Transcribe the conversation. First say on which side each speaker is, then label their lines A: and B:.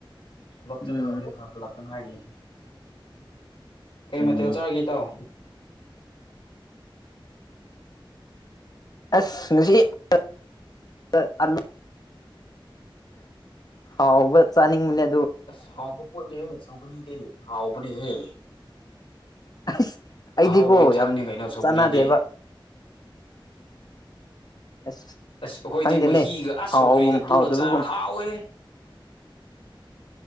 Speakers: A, on the left (about 85°); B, on the left (about 45°).
A: ꯊꯕꯛ ꯆꯠꯂꯕꯗꯤ
B: ꯎꯝ
A: ꯈꯔ ꯍꯜꯂꯛꯇꯅꯥꯏꯒꯤ ꯀꯩ
B: ꯎꯝ
A: ꯃꯊꯦꯜ ꯆꯥꯔꯒꯦ ꯏꯇꯥꯎ
B: <unintelligible> ꯍꯥꯎꯕ ꯆꯅꯤꯡꯕꯅꯦ
A: ꯑꯁ ꯍꯥꯎꯕ ꯄꯣꯠꯅꯦꯍꯦ ꯁꯧꯒ꯭ꯔꯤꯗꯤ ꯍꯥꯎꯕꯅꯦꯍꯦ
B: ꯑꯁ ꯑꯩꯗꯤꯀꯣ
A: ꯑꯍꯥꯎꯕ ꯏꯟꯁꯥꯡꯅꯦ
B: ꯌꯥꯝ
A: ꯀꯩꯅꯣ ꯁꯧꯒ꯭ꯔꯤꯗꯤ
B: ꯆꯥꯟꯅꯗꯦꯕ ꯑꯁ
A: ꯑꯁ ꯑꯩꯈꯣꯏꯗꯤ
B: ꯈꯪꯗꯦꯅꯦ
A: ꯃꯍꯤꯒ ꯑꯁ
B: ꯍꯥꯎꯒꯨꯝ
A: ꯁꯧꯒ꯭ꯔꯤꯒ ꯇꯣꯜꯂ
B: ꯍꯥꯎꯗꯕꯒꯨꯝ
A: ꯆꯥꯔ ꯍꯥꯎꯋꯦ